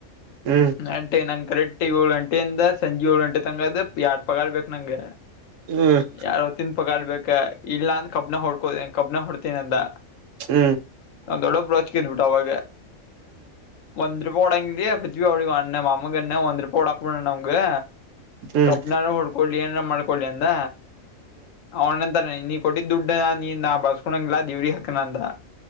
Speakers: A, on the right; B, on the left.
A: ಹ್ಮ್
B: ನಟೇ ನಂಕರೆ ಎ ಏಳು ಗಂಟೆಯಿಂದ ಸಂಜೆ ಏಳು ಗಂಟೆ ತಂಗದ ಯಾಡ್ ಪಗಾರ್ ಬೇಕ್ ನಂಗ
A: ಹ್ಮ್
B: ಯಾಡ್ ಹೊತ್ತಿನ ಪಗಾರ್ ಬೇಕ್. ಇಲ್ಲ ಅಂದ ಕಬ್ಬನ್ಯಾಗ ಹೊಡ್ಕೊ ಕಬ್ಬನ್ಯಾಗ ಹೊಡಿತೀನಿ ಅಂದ.
A: ಹೂ
B: ದೊಡ್ಡಪ್ಪ ರೊಚ್ಛ ಈದ್ದ ಬಿಟ್ಟ ಅವಾಗ ಒಂದ ರೂಪಾಯಿ ಕೊಡಂಗೀಲ್ಲ <unintelligible> ನಮ್ಮ ಮಾಮಗ ಅನ್ಯ ಒಂದ ರೂಪಾಯಿ ಕೊಡಾಕ್ ಹೋಗ್ಬ್ಯಾಡ್ ಅನ್ನ ಅವ್ನ್ಗ. ಗ
A: ಹ್ಮ್ ಹ್ಮ್
B: ಕಬ್ನಾನಗ ಹೊಡ್ಕೊಳ್ಳಿ ಏನರ್ ಮಾಡ್ಕೊಳ್ಳಿ <unintelligible> ದ ಅವ ಏನೆಂತಾನ ನೀನ್ ಕೊಟ್ಟಿದ್ದು ದುಡ್ಡ್ ನೀ ನಾ ಬಳಸಿಕೊನಗಿಲ್ಲ, ದೇವರಿಗಿ ಹಾಕ್ಕಿನಂದ.